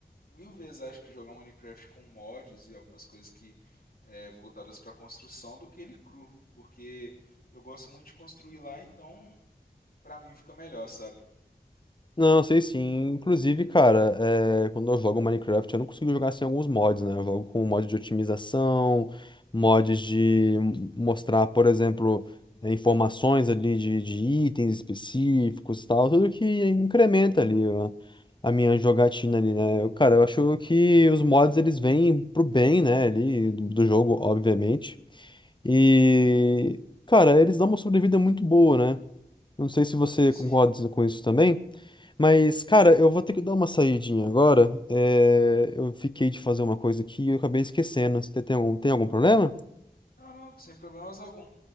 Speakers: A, on the left; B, on the left.
A: mil vezes, acho que jogar Minecraft com mods e algumas coisas que é, voltadas para construção do que ele cru, porque eu gosto muito de construir lá, então pra mim fica melhor, sabe?
B: Não, sei sim. Inclusive, cara, é, quando eu jogo Minecraft, eu não consigo jogar sem alguns mods, né? Eu jogo com mod de otimização, mods de m- mostrar, por exemplo, é, informações ali de, de itens específicos e tal, tudo que incrementa ali a, a minha jogatina ali, né? Eu, cara, eu acho que os mods eles vêm pro bem, né, ali do do jogo, obviamente. E,
A: Uhum.
B: cara, eles dão uma sobrevida muito boa, né? Não sei se você
A: Sim, sim.
B: concorda com isso também, mas, cara, eu vou ter que dar uma saidinha agora. É, Eu fiquei de fazer uma coisa aqui e eu acabei esquecendo. Você tem algum, tem algum problema?
A: Não, não, sem problemas algum.